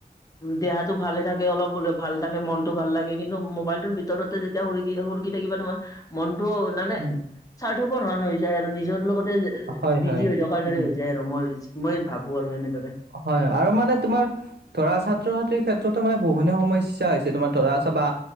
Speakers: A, on the left; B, on the right.
A: দেহাটো ভালে থাকে অলপ হলেও ভাল থাকে মনতটো ভাল লাগে কিন্তু- মোবাইলটোৰ ভিতৰতে যেতিয়া সুৰকি- সুৰিকি থাকিবা তোমাৰ মনতটো নাযায়।
B: উম।
A: স্বাৰ্থপৰ ধৰণৰ হৈ যায় আৰু নিজৰ লগতে
B: হয়,
A: বিজি
B: হয়,
A: হৈ থকাৰ
B: উম।
A: দৰে হৈ যায় আৰু। মই মই ভাবো আৰু এনেদৰে।
B: হয়, আৰু মানে তোমাৰ- ধৰা ছাত্ৰ-ছাত্ৰীৰ ক্ষেত্ৰতো মানে বহু সিনি সমস্যা হৈছে তোমাৰ ধৰা আছ বা,